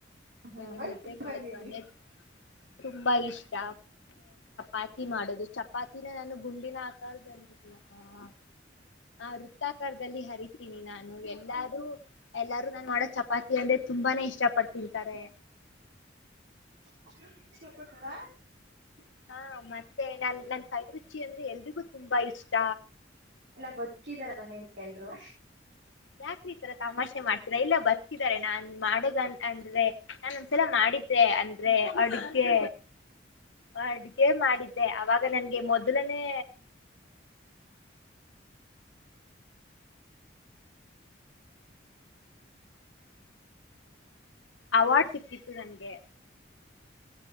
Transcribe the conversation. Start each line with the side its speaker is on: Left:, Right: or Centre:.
Right: ಹಾ
Left: ಬೆಳಿಗ್ಗೆ
Right: ಬನ್ನಿ
Left: ನಿದ್ದೆ ಮಾಡೋದು
Right: ಬನ್ನಿ ಬನ್ನಿ
Left: ತುಂಬಾ ಇಷ್ಟ ಆರತಿ ಮಾಡೋದು ಚಪಾತಿನೆ ನಾ ಗುಂಡಿನ ಆಕಾರದಲ್ಲಿ ಹಾ ವೃತ್ತಾಕಾರದಲ್ಲಿ ಅರಿತೀನಿ ನಾನು ಎಲ್ಲಾರೂ ನಾನು ಮಾಡೋ ಚಪಾತಿ ಅಂದರೆ ತುಂಬಾ ನೇ ಇಷ್ಟ ಪಟ್ಟು ತಿಂತಾರೆ
Right: ಅಸ್ಟೊಂದು <unintelligible>
Left: ಆ ಮತ್ತೆ ನನ್ನ ಕೈ ರುಚಿ ಅಂದ್ರೆ ಎಲ್ಲರಿಗೂ ತುಂಬಾ ಇಷ್ಟ
Right: ಎಲ್ಲ ಬದುಕಿದಾರ ಮನೇಲಿ ಎಲ್ರು
Left: ಯಾಕೆ ನೀವು ಈ ತರಾ ತಮಾಷೆ ಮಾಡ್ತೀರಾ ಎಲ್ಲಾ ಬದಕಿದಾರ ಇಲ್ಲಾ ನಾ ಮಾಡೋ ಅಂದ್ರೆ ನಾನು ಒಂದು ಸಲ ಮಾಡಿದ್ದೇನೆ ಅಂದ್ರೆ ಅಡುಗೆ ಅಡುಗೆ ಮಾಡಿದ್ದೆ ಅವಾಗ ನನಗೆ ಮೊದಲನೇ ಅವಾಗ ಸಿಕ್ಕಿದು ನನಗೆ